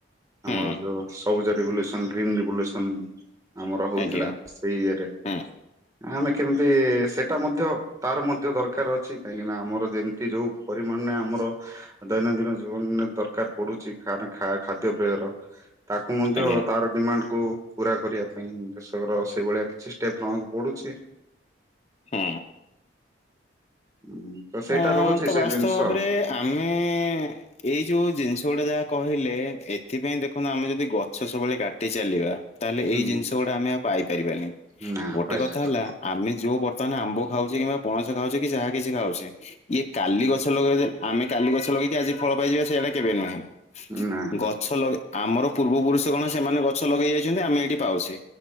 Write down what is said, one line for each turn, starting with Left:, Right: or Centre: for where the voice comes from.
Left: ହୁଁ
Right: ଆମର ଯୋଉ ସବୁଜ ରିଭୁଲିସନ ଗ୍ରୀନ୍ ରିଭଲୁସନ ଆମର ହଉଥିଲା
Left: ଆଜ୍ଞା
Right: ସେଇଆରେ
Left: ହୁଁ
Right: ଆମେ କେମିତି ସେଇଟା ମଧ୍ୟ ତାର ମଧ୍ୟ ଦରକାର ଅଛି କାହିଁକିନା ଆମର ଯେମିତି ଯୋଉ ପରିମାଣରେ ଆମର ଦୈନନ୍ଦିନ ଜୀବନରେ ଦରକାର ପଡୁଛି ଖାନ୍ - ଖାଦ୍ୟପେୟର। ତାକୁ ମଧ୍ୟ
Left: ଆଜ୍ଞା
Right: ତାର ଡିମାଣ୍ଡକୁୁ ପୁରା କରିବା ପାଇଁ ଦେଶର ସେଇଭଳିଆ କିଛି ଷ୍ଟେପ୍ ନେବାକୁ ପଡୁଛି‌।
Left: ହୁଁ।
Right: ହୁଁ, ତ ସେଇଟା
Left: ଅ
Right: ରହୁଛି
Left: ତ
Right: ସେ
Left: ବାସ୍ତବ
Right: ଜିନିଷ
Left: ଭାବରେ ଆମେ ଏଇ ଯୋଉ ଜିନିଷ ଗୁଡା ଯାହା କହିଲେ ଏ ସେଥିପାଇଁ ଦେଖନ୍ତୁ ଆମେ ଯଦି ଗଛ ସବୁବେଳେ କାଟି ଚାଲିବା ତାହେଲେ
Right: ହୁଁ।
Left: ଏଇ ଜିନିଷ ଗୁଡା ଆମେ ଆଉ ପାଇପାରିବାନି,
Right: ନା
Left: ଗୋଟେ
Right: କହିପାରିବନି
Left: କଥା ହେଲା ଆମେ ଯୋଉ ବର୍ତ୍ତମାନ ଆମ୍ବ ଖାଉଛେ କିମ୍ବା ପଣସ ଖାଉଛେ କି ଯାହା କିଛି ଖାଉଛେ ଇଏ କାଲି ଗଛ ଲଗେଇଦେ ଆମେ କାଲି ଗଛ ଲଗେଇକି ଆଜି ଫଳ ପାଇଯିବା ସେଇଟା କେବେ ନୁହେଁ।
Right: ନା ନା
Left: ଗଛ ଲଗେଇ ଆମର ପୂର୍ବ ପୁରୁଷ କଣ ସେମାନେ ଗଛ ଲଗେଇ ଯାଇଛନ୍ତି ଆମେ ଏଇଠି ପାଉଛେ।